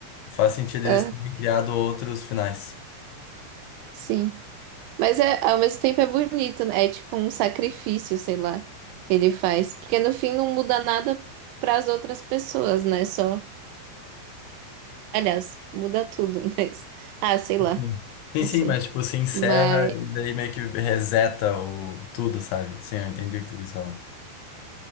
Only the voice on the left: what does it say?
faz sentido
eles terem criado outros finais.
Sim,
sim,
sim,
mas tipo, se encerra
e daí meio que reseta o tudo, sabe? Sim, eu entendi o que tu quis falar.